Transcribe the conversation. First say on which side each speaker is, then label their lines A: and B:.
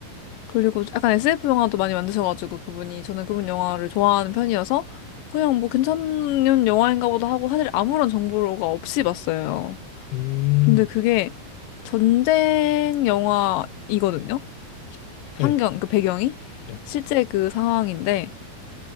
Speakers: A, on the left; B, on the left.
A: 그리고 약간 SF 영화도 많이 만드셔가지고 그분이 저는 그분 영화를 좋아하는 편이어서 그냥 뭐 괜찮은 영화인가 보다 하고 사실 아무런 정보가 없이 봤어요.
B: 음,
A: 근데 그게 전쟁 영화이거든요. 환경,
B: 네,
A: 그 배경이
B: 네,
A: 실제 그 상황인데